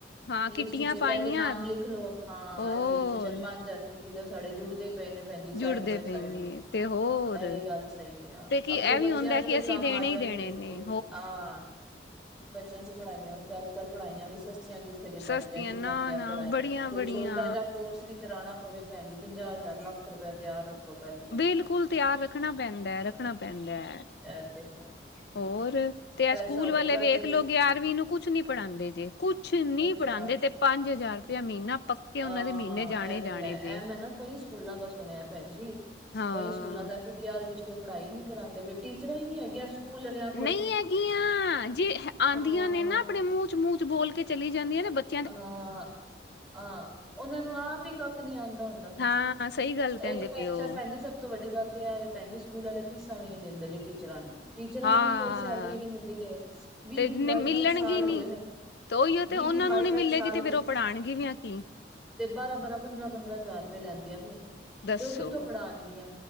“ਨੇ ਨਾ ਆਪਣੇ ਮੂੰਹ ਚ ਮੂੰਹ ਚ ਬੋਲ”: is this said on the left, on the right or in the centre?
Left